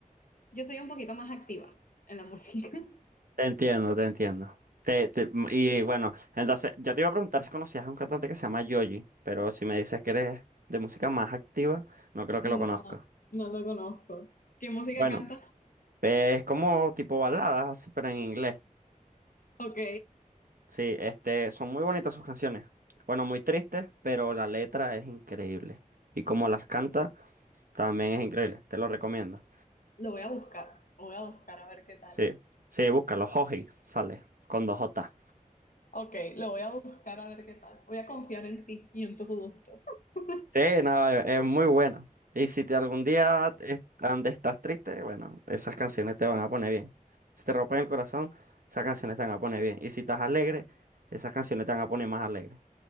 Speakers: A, on the left; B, on the right.
A: Yo soy un poquito más activa en la música. <laughs>
B: Te entiendo, te entiendo. Te, te- m- y bueno, entonces yo te iba a preguntar si conocías a un cantante que se llama Yoji, pero si me dices que eres de música más activa, no creo que
A: No,
B: lo conozca.
A: no lo conozco. ¿Qué música
B: Bueno,
A: canta?
B: es como tipo baladas, así, pero en inglés.
A: Ok,
B: Sí, este, son muy bonitas sus canciones. Bueno, muy tristes, pero la letra es increíble. Y como las canta, también es increíble. Te lo recomiendo.
A: lo voy a buscar. Lo voy a buscar a ver qué tal.
B: Sí, sí, búscalo, Joji, sale, con dos J.
A: Ok, lo voy a buscar a ver qué tal. Voy a confiar en ti y en tus gustos. <laughs>
B: Sí, no, es es muy bueno. Y si te algún día es- ande- estás triste, bueno, esas canciones te van a poner bien. Si te rompen el corazón, esas canciones te van a poner bien. Y si estás alegre, esas canciones te van a poner más alegre.